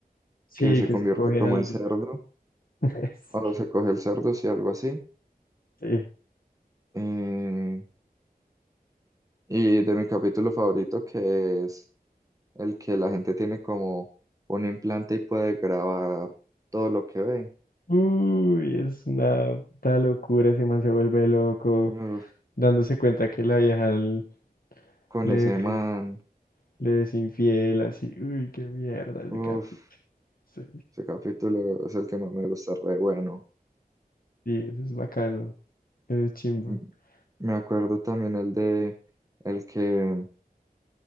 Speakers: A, on the left; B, on the right.
A: Sí,
B: que se
A: que
B: convierte
A: se coge
B: como
A: al...
B: en cerdo.
A: <laughs>
B: O se coge el cerdo, sí, algo así.
A: Sí.
B: Eh, y de mi capítulo favorito, que es el que la gente tiene como un implante y puede grabar todo lo que ve.
A: Uy, es una puta locura, ese man se vuelve loco,
B: Uf,
A: dándose cuenta que la vieja l-
B: con
A: le,
B: ese man.
A: Le es infiel, así. Uy, qué mierda ese
B: Uf,
A: capítulo. Sí,
B: ese capítulo es el que más me gusta, re bueno.
A: sí, eso es bacano. Eso es chimba.
B: M-
A: <laughs>
B: Me acuerdo también el de el que